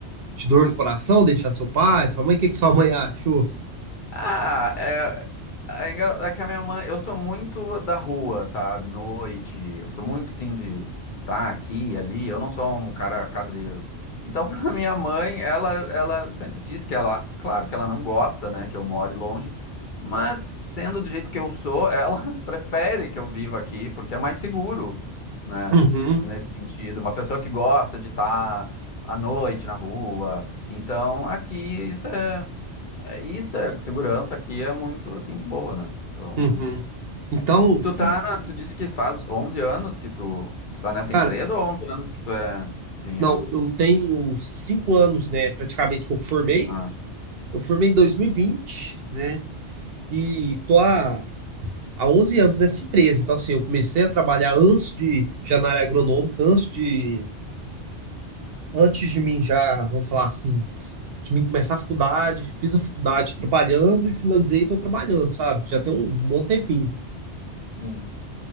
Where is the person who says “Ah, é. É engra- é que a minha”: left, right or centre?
Left